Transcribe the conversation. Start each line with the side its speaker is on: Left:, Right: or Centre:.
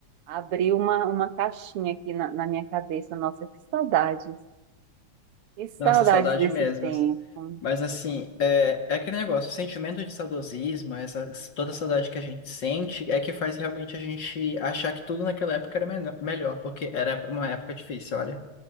Right: Abriu uma, uma caixinha aqui na, na minha cabeça. Nossa, que saudades. Que saudades
Left: Nossa, saudade
Right: desse
Left: mesmo.
Right: tempo.
Left: Mas assim, é, é aquele negócio, o sentimento de saudosismo, essa, toda a saudade que a gente sente, é que faz realmente a gente achar que tudo naquela época era menor- melhor, porque era uma época difícil, olha.